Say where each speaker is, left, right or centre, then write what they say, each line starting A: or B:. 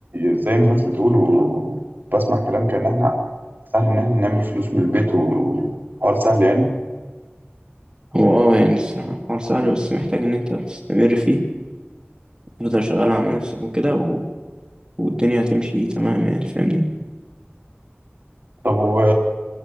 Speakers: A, on the right; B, on the right.
A: زي ما الناس بتقول وبسمع كلام كأن إحنا سهل إن إحنا نعمل فلوس من البيت وحوار سهل يعني
B: هو اه يعني الصراحة الحوار سهل بس محتاج ان انت تستمر فيه تفضل شغال على نفسك وكده و... والدنيا هتمشي تمام يعني فاهمني
A: طب و